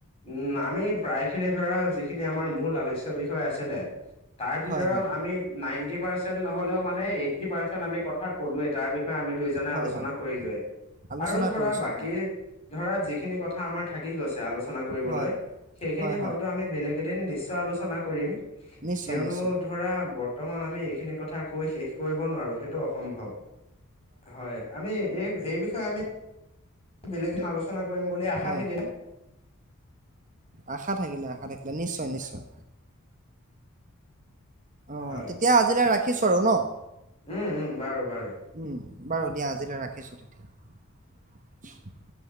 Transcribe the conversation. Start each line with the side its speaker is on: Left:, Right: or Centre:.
Left: উম, আমি প্ৰায়খিনি ধৰা যিখিনি আমাৰ মূল আলোচ্য বিষয়ে আছিলে তাৰভিতৰত
Right: হয় হয়
Left: আমি নাইণ্টি পাৰ্চেন্ট নহ'লেও মানে এইটি পাৰ্চেণ্ট আমি কথা ক'লোৱেই। তাৰবি ষয়ে আমি দুইজনে
Right: হয়
Left: আলোচনা
Right: হয়
Left: কৰিলোৱে,
Right: আলোচনা
Left: আৰু ধৰা
Right: কৰিছোঁ
Left: বাকী
Right: হয়
Left: ধৰা যিখিনি কথা আমাৰ থাকি গৈছে আ লোচনা কৰিবলৈ,
Right: হয়
Left: সেইখিনি
Right: হয় হয়
Left: হয়তো আমি বেলেগ এদিন নিশ্চয় আলোচনা কৰিম।
Right: নিশ্চয়
Left: কিয়নো
Right: নিশ্চয়
Left: ধৰা, বৰ্তমান আমি এই খিনি কথা কৈ শেষ কৰিব নোৱাৰোঁ সেইটো অসম্ভৱ হয়, আমি এই, এই বিষ আমি, <unintelligible> বেলেগ দিনা আলোচনা কৰিম বুলি আশা
Right: হয়
Left: থাকিলে।
Right: আশা থাকিলে, আশা থাকিলে, নিশ্চয়, নিশ্চয়। অ',
Left: হয়
Right: তেতিয়া আজিলৈ ৰাখিছোঁ আৰু ন!
Left: উম, উম, বাৰু, বাৰু।
Right: উম, বাৰু দিয়া আজিলৈ ৰাখিছোঁ তেতিয়া।